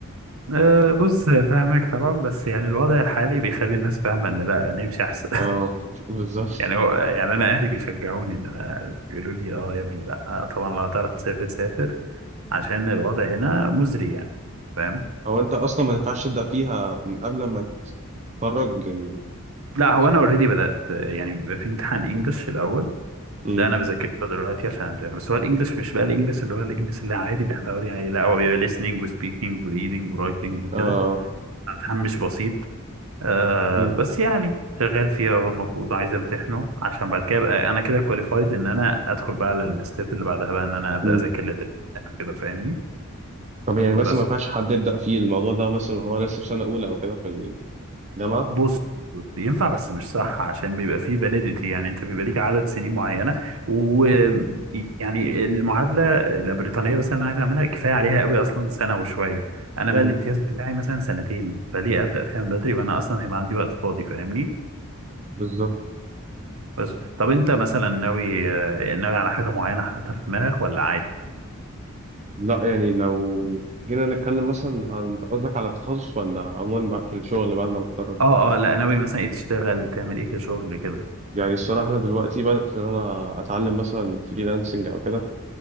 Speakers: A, on the right; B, on the right.
A: أه بص فاهمك طبعا بس يعني الوضع الحالي بيخلي الناس فاهمة إن لا نمشي أحسن
B: اه بالظبط
A: يعني هو يعني انا اهلي بيشجعوني ان انا بيقولوا لي اه يا ابني لا طبعا لو هتعرف تسافر سافر عشان الوضع هنا مزري يعني فاهم
B: او انت اصلا ما ينفعش تبدا فيها من قبل ما تتخرج يعني
A: لا هو انا اوريدي بدات يعني بيبقى في امتحان انجلش الاول
B: امم
A: ده انا بذاكره دلوقتي عشان امتحن بس هو الانجلش مش بقى الانجلش اللي هو الانجلش اللي عادي اللي احنا متعودين عليه لا هو بيبقى listening و speaking و reading و writing وكده
B: اه
A: امتحان مش بسيط آه
B: امم
A: بس يعني شغال فيها هو المفروض عايز امتحنه عشان بعد كده ابقى انا كده كواليفايد ان انا ادخل بقى على الستيب اللي بعدها بقى ان انا ابدا
B: امم
A: اذاكر للامتحان كده فاهمني
B: طب يعني مثلا
A: بس
B: ما ينفعش حد يبدا فيه الموضوع ده مثلا وهو لسه في سنه اولى او كده في الجامعه
A: بص ينفع بس مش صح عشان بيبقى فيه فاليديتي يعني انت بيبقى ليك عدد سنين معينه ويعني المعادله البريطانيه مثلا انا عايز اعملها كفايه عليها قوي اصلا سنه وشويه انا
B: امم
A: بقى الامتياز بتاعي مثلا سنتين فليه ابدا فيها من بدري وانا اصلا هيبقى عندي وقت فاضي فاهمني
B: بالظبط
A: بس طب انت مثلا ناوي آه، ناوي على حاجه معينه حاططها في دماغك ولا عادي
B: لا يعني لو جينا نتكلم مثلا عن انت قصدك على التخصص ولا عموما بقى في الشغل بعد ما اتخرج
A: اه اه لا ناوي مثلا ايه تشتغل تعمل ايه كشغل كده
B: يعني الصراحه انا دلوقتي بدات ان انا اتعلم مثلا فريلانسنج او كده